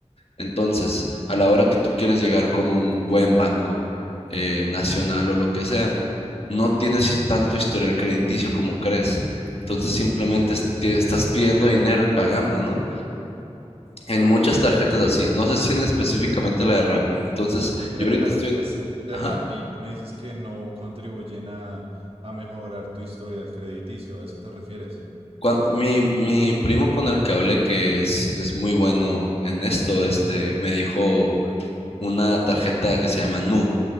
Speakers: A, on the left; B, on the right.
A: Entonces, a la hora que tú quieres llegar con un buen banco eh, nacional o lo que sea, no tienes hi- tanto historial crediticio como crees. Entonces, simplemente
B: Mm,
A: es- te estás pidiendo dinero y pagando, ¿no? En
B: ok,
A: muchas
B: o
A: tarjetas
B: sea que
A: así, no sé si en específicamente la de Rappi. Entonces,
B: las
A: yo ahorita
B: tarjetas
A: estoy...
B: de
A: Ajá.
B: Rappi me dices que no contribuyen a, a mejorar tu historial crediticio. ¿A eso te refieres?
A: cua- mi, mi primo con el que hablé, que es, es muy bueno en esto, este, me dijo una tarjeta que se llama Nu.